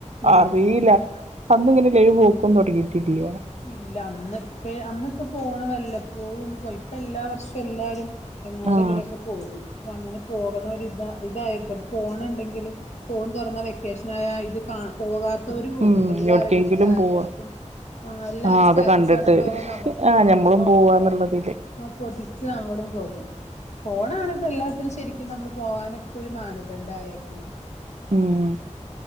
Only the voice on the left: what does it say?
ആഹ്
അതെ
ഇല്ല അന്ന് ത്തെ അന്നൊക്കെ പോണ വല്ലപ്പോഴും ഒന്ന് പോയി ഇപ്പം എല്ലാ വർഷും എല്ലാരും എങ്ങോടെങ്കിലുംക്കെ
പോകും അപ്പ അങ്ങനെ പോകണ ഒരിതാ ഇതായക്കും ഫോണ ഉണ്ടെങ്കിൽ ഫോൺ തുറന്ന വെക്കേഷനായ ഇത് കാ പോകാത്തവരും പോകും
എല്ലാവരുടെ
സ്റ്റാറ്റസും
ആ എല്ലാരും
സ്റ്റാറ്റസ്
കാണുമ്പോ നമുക്ക് പോണല്ലോ
കൊതിച്ച് അങ്ങോടും പോകും ഫോണാണിത് എല്ലാത്തിനും ശരിക്കും നമ്മള് പോകാനൊക്കെ ഒരു മാനദണ്ഡ ആയേക്കുന്നത്